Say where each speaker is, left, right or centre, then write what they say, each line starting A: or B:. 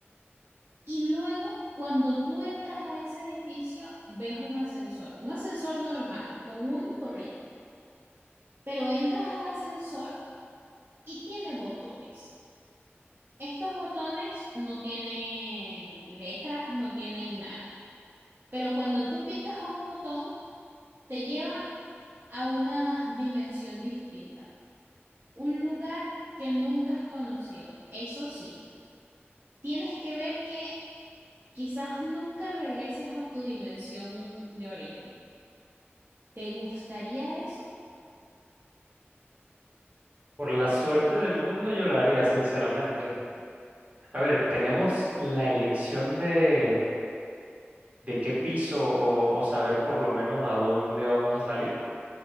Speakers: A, on the right; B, on the right.
A: Y luego, cuando tú entras a ese edificio, ves un ascensor, un ascensor normal, común y corriente, pero entras al ascensor y tiene botones. Estos botones no tienen letras, no tienen nada, pero cuando tú picas a un botón, te lleva a una dimensión distinta, un lugar que nunca has conocido. Eso sí, tienes que ver que quizás nunca regreses a tu dimensión de origen ¿Te gustaría eso?
B: Por la suerte del mundo yo la haría, sinceramente. A ver, tenemos la elección de, de qué piso o, o saber por lo menos a dónde vamos a salir.